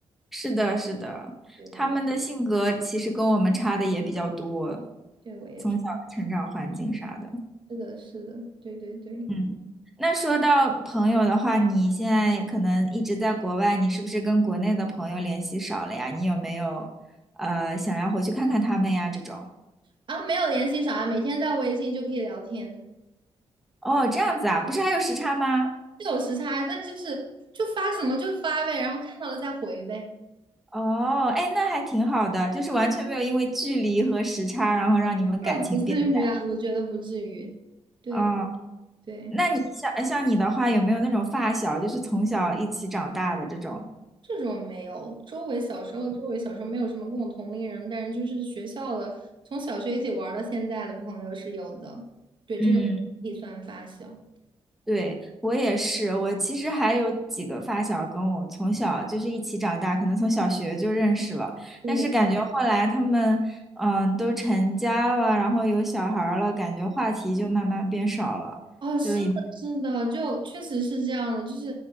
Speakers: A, in the centre; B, on the right (about 50°).
A: 是的，是的，
B: 对对
A: 他们的性格其实跟我们差的也比较多，
B: 对，我也觉
A: 从小的成长环境啥的。
B: 得是的，是的，对对对。
A: 嗯，那说到朋友的话，你现在可能一直在国外，你是不是跟国内的朋友联系少了呀？你有没有呃想要回去看看他们呀？这种
B: 啊，没有联系啥，每天在微信就可以聊天，
A: 哦，这样子啊，不是还有时差吗？
B: 是有时差，但就是就发什么就发呗，然后看到了再回呗。
A: 哦，哎，那还挺好的，就是完全没有因为距离和时差，然后让你们感情变淡。
B: 那不至于啊，我觉得不至于。对
A: 哦，
B: 对，
A: 那你像像你的话，有没有那种发小，就是从小一起长大的这种？
B: 这种没有。周围小时候，周围小时候没有什么跟我同龄人，但是就是学校的，从小学一起玩儿到现在的朋友是有的。对，
A: 嗯。
B: 这种也算发小。
A: 对，我也是，我其实还有几个发小跟我从小就是一起长大，可能从小学就认识了，
B: 对，
A: 但是感觉后来他们嗯都成家了，然后有小孩儿了，感觉话题就慢慢变少了，
B: 哦，是的，
A: 就也
B: 是的，就确实是这样的，就是，